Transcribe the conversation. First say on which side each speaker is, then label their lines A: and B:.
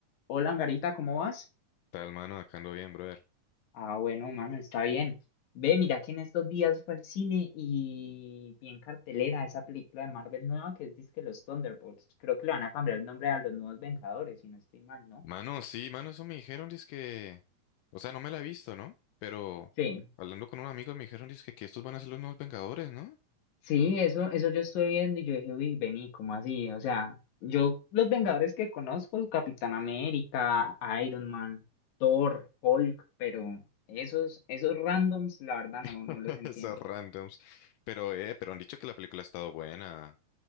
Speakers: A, on the left; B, on the left.
A: Hola, Angarita, ¿cómo vas?
B: Tal, mano, acá ando bien, brother.
A: Ah, bueno, mano, está bien. Ve, mira que en estos días fue al cine y vi en cartelera esa película de Marvel nueva que es que Los Thunderbolts. Creo que le van a cambiar el nombre a los nuevos Vengadores, si no estoy mal, ¿no?
B: Mano, sí, mano, eso me dijeron, que... O sea, no me la he visto, ¿no? Pero
A: Sí,
B: hablando con unos amigos me dijeron, dizque, que estos van a ser los nuevos Vengadores, ¿no?
A: sí, eso, eso yo estuve viendo y yo dije, uy, vení, ¿cómo así? O sea, yo los Vengadores que conozco, Capitán América, Iron Man, Thor, Hulk, pero esos, esos randoms, la verdad, no,
B: <laughs>
A: no los entiendo.
B: Esos randoms. Pero, eh, pero han dicho que la película ha estado buena.